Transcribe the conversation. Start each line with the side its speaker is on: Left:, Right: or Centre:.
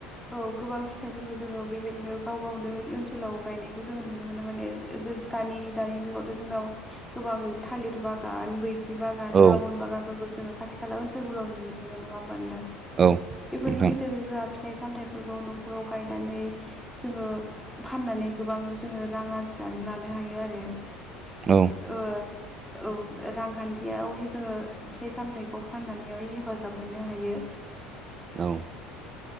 Centre: औ गोबां फिथाइफोरखौ जोङो बेबायदिनो गाव गावनो ओनसोलाव गायनायखौ जोङो नुनो मोनो माने जे दानि दानि जुगावथ' जोंनाव गोबां थालिर बागान बैग्रि बागान
Right: औ
Centre: ड्रागन बागानफोरखौ जोङो खाथि खाला ओनसोलावफोराव नुनो मोनो नङा होमबा नोंथां?
Right: औ।
Centre: इफोरनि
Right: नोंथां
Centre: गेदेरा फिथाइ सामथायाइफोरखौ नख'राव गायनानै जोङो फाननानै गोबां जोङो राङा लानो हायो आरो
Right: औ
Centre: ओ औ रांखान्थियाव जोङो फिथाइ सामथायाइखौ फाननानैहाय हेफाजाब मोननो हायो।
Right: औ।